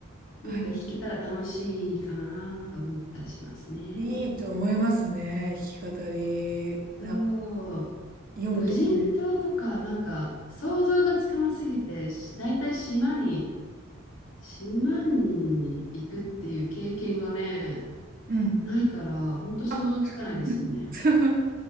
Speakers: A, on the left; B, on the right.
A: なんか弾けたら楽しいかなと思ったりしますね。
B: あ、いい、いいと思いますね、弾き語り。な、
A: そう。
B: 夜とかね。
A: 無人島とか、なんか想像がつかなすぎて、し大体島に、島に行くっていう経験がね、
B: うん。
A: ないから、ほんと想像つかないですよね。
B: あ、<laughs> そう、